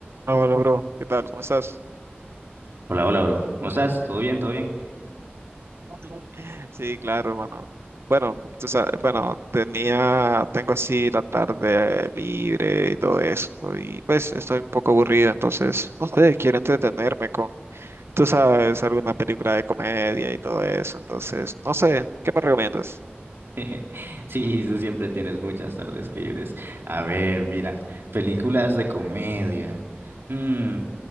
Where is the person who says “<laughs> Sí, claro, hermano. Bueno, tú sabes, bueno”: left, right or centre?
Right